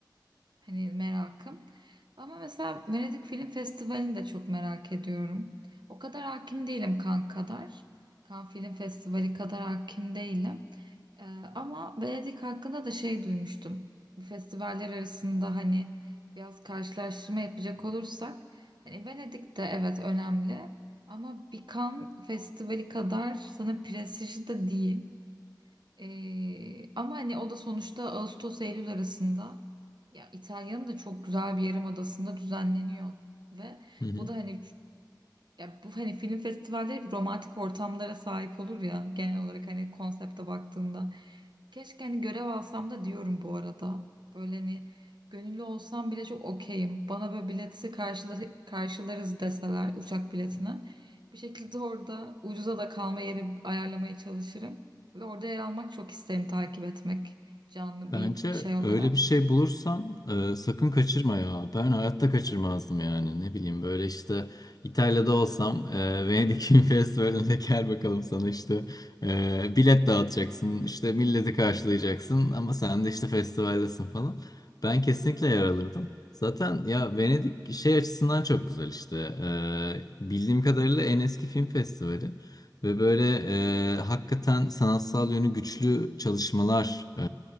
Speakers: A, on the right; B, on the left.
A: hani merakım. Ama mesela Venedik Film Festivali'ni de çok merak ediyorum. O kadar hakim değilim kan kadar. Kan Film Festivali kadar hakim değilim. E, ama Venedik hakkında da şey duymuştum. Bu festivaller arasında hani biraz karşılaştırma yapacak olursak hani Venedik'te evet önemli. Ama bir Cannes Festivali kadar sana prestijli de değil. Ee, ama hani o da sonuçta Ağustos-Eylül arasında ya İtalya'nın da çok güzel bir yarımadasında düzenleniyor ve
B: hı hı.
A: bu da hani ya bu hani film festivalleri bir romantik ortamlara sahip olur ya genel olarak hani konsepte baktığında. Keşke hani görev alsam da diyorum bu arada. Böyle hani gönüllü olsam bile çok okeyim. Bana böyle bileti karşıla karşılarız deseler uçak biletine. Bir şekilde orada ucuza da kalma yeri ayarlamaya çalışırım. Ve orada yer almak çok isterim takip etmek canlı
B: Bence
A: bir şey olarak.
B: öyle bir şey bulursan e, sakın kaçırma ya. Ben hayatta kaçırmazdım yani. Ne bileyim böyle işte İtalya'da olsam e, <laughs> Venedik Film Festivali'ne gel bakalım sana işte e, bilet dağıtacaksın. işte milleti karşılayacaksın ama sen de işte festivaldesin falan. Ben kesinlikle yer alırdım. Zaten ya Venedik şey açısından çok güzel işte. E, bildiğim kadarıyla en eski film festivali. Ve böyle e, hakikaten sanatsal yönü güçlü çalışmalar e,